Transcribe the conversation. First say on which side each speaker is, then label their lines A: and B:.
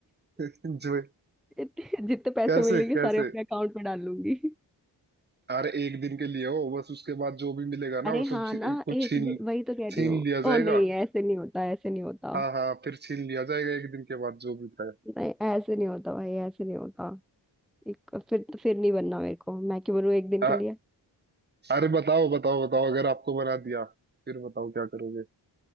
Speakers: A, on the right; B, in the centre.
A: <laughs> जो
B: जितने जितने पैसे
A: कैसे
B: मिलेंगे
A: कैसे
B: सारे अपने अकाउंट में डाल लूंगी
A: अरे एक दिन के लिए हो बस उसके बाद जो भी मिलेगा ना
B: अरे
A: वो
B: हाँ
A: सब छी-
B: ना
A: कुछ
B: एक
A: छीन
B: दिन वही तो कह
A: छीन
B: रही हूँ
A: लिया
B: ओ
A: जाएगा
B: नहीं ऐसे नहीं होता ऐसे नहीं होता
A: हाँ हाँ फिर छीन लिया जाएगा एक दिन के बाद जो भी था
B: नहीं ऐसे नहीं होता भाई ऐसे नहीं होता एक फिर फिर नहीं बनना मेरे को मैं क्यों बनूं एक दिन
A: अ-
B: के लिए
A: अरे बताओ बताओ बताओ अगर आपको बना दिया फिर बताओ क्या करोगे